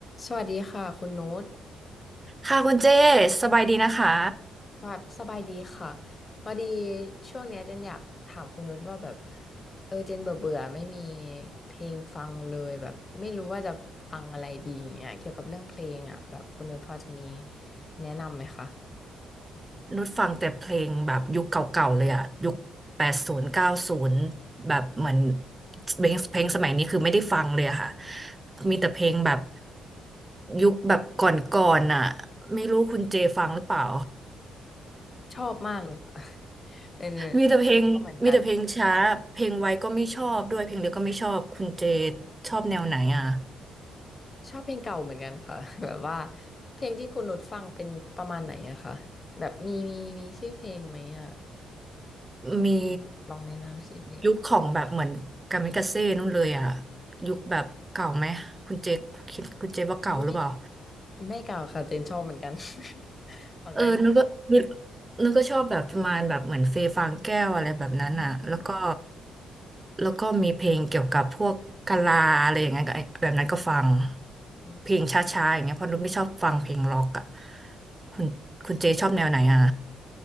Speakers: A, on the left (about 30°); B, on the right (about 20°).
A: สวัสดีค่ะคุณโน้ต
B: ค่ะคุณเจสบายดีนะคะ
A: แบบสบายดีค่ะพอดี ช่วงเนี้ยเจนอยากถามคุณโน้ตว่าแบบเออเจนเบื่อเบื่อไม่มีเพลงฟังเลยแบบไม่รู้ว่าจะฟังอะไรดีอย่างเงี้ยเกี่ยวกับเรื่องเพลงอ่ะแบบคุณโน้ตพอจะมีแนะนำไหมคะ
B: นุชฟังแต่เพลงแบบยุคเก่าๆเลยอะยุคแปดศูนย์เก้าศูนย์แบบเหมือนเพลงเพลงสมัยนี้คือไม่ได้ฟังเลยอะค่ะมีแต่เพลงแบบยุคแบบก่อนๆอะไม่รู้คุณเจฟังหรือเปล่า
A: ชอบมากเลยค่ะ <laughs> เป็น
B: มีแต่เพลงมีแต่เพลงช้าเพลงไวก็ไม่ชอบด้วยเพลงเร็วก็ไม่ชอบคุณเจ
A: ชอบเหมือนกัน
B: ชอบแนวไหนอะ
A: ชอบเพลงเก่าเหมือนกันค่ะ <laughs> แบบว่าเพลงที่คุณโน้ตฟังเป็นประมาณไหนอะคะแบบมีมีมีชื่อเพลงไหมอะ
B: มี
A: ลองแนะนำชื่อเพลง
B: ยุคของแบบเหมือนกามิกาเซ่นู่นเลยอ่ะยุคแบบเก่าไหมคุณเจคคิดคุณเจคว่าเก่าหรือเปล่า
A: ไม่ ไม่เก่าค่ะเจนชอบเหมือนกัน <laughs> ฟังได้หมด
B: เออนึกก็นึกนึกก็ชอบแบบประมาณแบบเหมือนเฟยฟางแก้วอะไรแบบนั้นอ่ะแล้วก็
A: อ๋อ
B: แล้วก็มีเพลงเกี่ยวกับพวกกะลาอะไรอย่างเงี้ยก็แบบนั้นก็ฟัง
A: นี่คุณ
B: เพลงช้าๆอย่างเงี้ยเพราะนุกไม่ชอบฟังเพลงร็อกอ่ะคุณคุณเจชอบแนวไหนอ่ะ